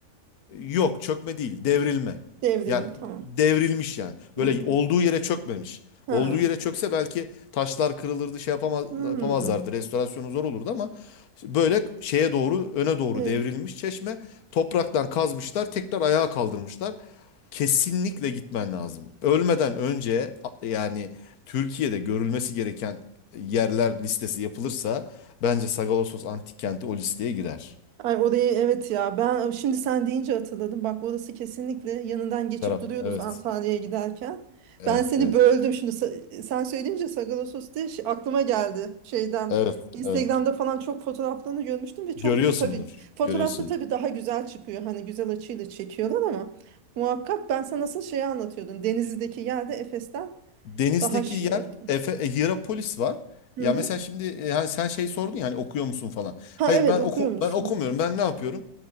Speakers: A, on the left; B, on the right.
A: Yok çökme değil devrilme.
B: Devrilme
A: Yani
B: tamam.
A: devrilmiş yani.
B: Hı.
A: Böyle olduğu yere çökmemiş.
B: Ha.
A: Olduğu yere çökse belki taşlar kırılırdı şey yapamaz,
B: Hı.
A: yapamazlardı. Restorasyonu zor olurdu ama böyle şeye doğru öne doğru
B: Evet.
A: devrilmiş çeşme. Topraktan kazmışlar tekrar ayağa kaldırmışlar. Kesinlikle gitmen lazım. Ölmeden önce a- yani Türkiye'de görülmesi gereken yerler listesi yapılırsa bence Sagalassos Antik Kenti o listeye girer.
B: Ay orayı evet ya ben şimdi sen deyince hatırladım. Bak orası kesinlikle yanından geçip
A: Serap
B: duruyoruz
A: evet
B: Antalya'ya giderken.
A: evet
B: Ben seni
A: evet.
B: böldüm şimdi sa- sen söyleyince Sagalassos diye şey- aklıma geldi şeyden.
A: Evet,
B: Instagram'da
A: evet.
B: falan çok fotoğraflarını görmüştüm ve çok
A: Görüyorsundur,
B: tabii fotoğrafta
A: görüyorsundur.
B: tabii daha güzel çıkıyor. Hani güzel açıyla çekiyorlar ama muhakkak ben sana nasıl şeyi anlatıyordum. Denizli'deki yerde Efes'ten
A: Denizdeki
B: daha şeydi.
A: yer Efe, e, Hierapolis var.
B: Hı
A: Ya
B: hı.
A: mesela şimdi e, hani sen şey sordun ya hani okuyor musun falan.
B: Ha
A: Hayır
B: evet
A: ben
B: okuyor
A: oku
B: musun?
A: ben okumuyorum. Ben ne yapıyorum?